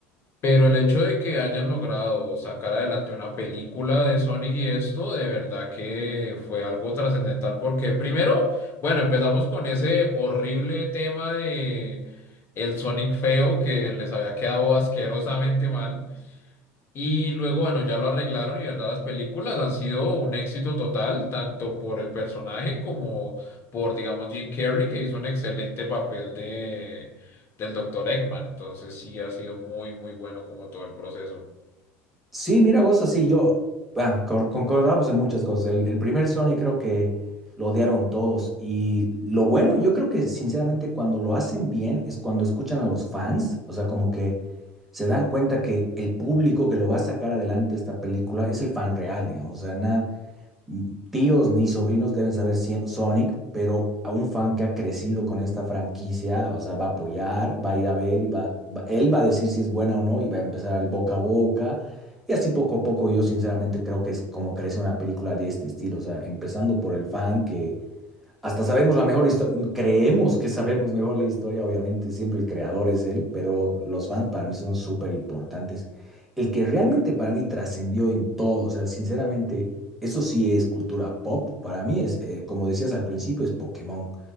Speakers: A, on the left; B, in the centre.
A: Pero el hecho de que hayan logrado sacar adelante una película de Sonic y esto, de verdad que fue algo trascendental porque primero, bueno, empezamos con ese horrible tema de el Sonic feo que les había quedado asquerosamente mal. Y luego, bueno, ya lo arreglaron y, verdad, las películas han sido un éxito total, tanto por el personaje como por, digamos, Jim Carrey, que hizo un excelente papel de, del doctor Eggman. Entonces, sí, ha sido muy, muy bueno como todo el proceso.
B: Sí, mira vos, así yo, ah, cor- concordamos en muchas cosas. El, el primer Sony creo que lo odiaron todos. Y lo bueno, yo creo que sinceramente cuando lo hacen bien es cuando escuchan a los fans, o sea, como que se dan cuenta que el público que lo va a sacar adelante esta película es el fan real, digamos. O sea, nada. tíos ni sobrinos deben saber si- Sonic, pero a un fan que ha crecido con esta franquicia, o sea, va a apoyar, va a ir a ver y va, va- él va a decir si es buena o no y va a empezar el boca a boca. Y así poco a poco yo sinceramente creo que es como crece una película de este estilo, o sea, empezando por el fan que hasta sabemos la mejor historia, creemos que sabemos mejor la historia, obviamente siempre el creador es él, pero los fans para mí son súper importantes. El que realmente para mí trascendió en todo, o sea, sinceramente, eso sí es cultura pop, para mí es, eh, como decías al principio, es Pokémon.